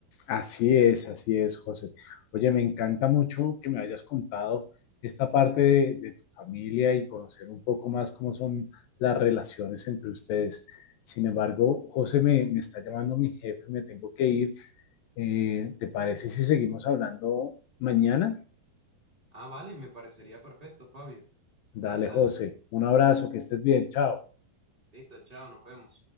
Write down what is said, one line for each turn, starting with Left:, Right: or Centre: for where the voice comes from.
Left: Así es, así es, José. Oye, me encanta mucho que me hayas contado esta parte de, de tu familia y conocer un poco más cómo son las relaciones entre ustedes. Sin embargo, José, me, me está llamando mi jefe, me tengo que ir. Eh, ¿te parece si seguimos hablando mañana?
Right: Ah, vale, me parecería perfecto, Fabio.
Left: Dale,
Right: Dale, dale.
Left: José, un abrazo, que estés bien, chao.
Right: Listo, chao, nos vemos.